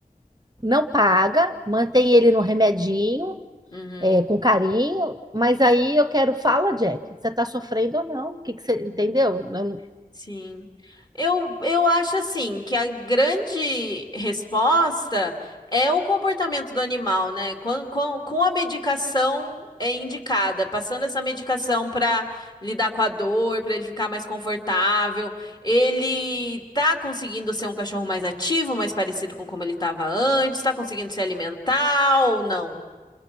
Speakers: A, on the right (about 25°); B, on the left (about 25°).
A: não paga, mantém ele no remedinho,
B: uhum,
A: é, com carinho, mas aí eu quero, fala, Jack, você está sofrendo ou não? O que que você, entendeu?
B: uhum.
A: Eu
B: Sim. Eu, eu acho assim que a grande resposta é o comportamento do animal, né? Com, com, com a medicação é indicada, passando essa medicação para lidar com a dor, para ele ficar mais confortável, ele tá conseguindo ser um cachorro mais ativo, mais parecido com como ele estava antes, tá conseguindo se alimentar ou não?